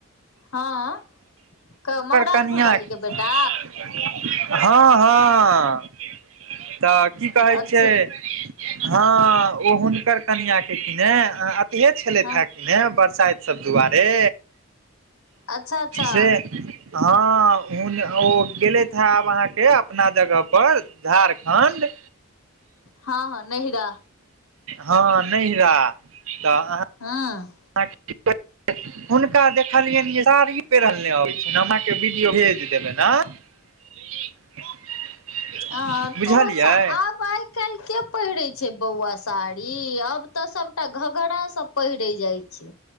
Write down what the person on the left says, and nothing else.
हँ क महाराजपुर
बाली के बेटा
अच्छा
हँ
अच्छा अच्छा
हँ हँ नहिरा
हँ
अ
तो आब आ आइ काल् के पहिरे छै बौआ साड़ी अब तऽ सबटा घघड़ा सब पहिरे जाय छै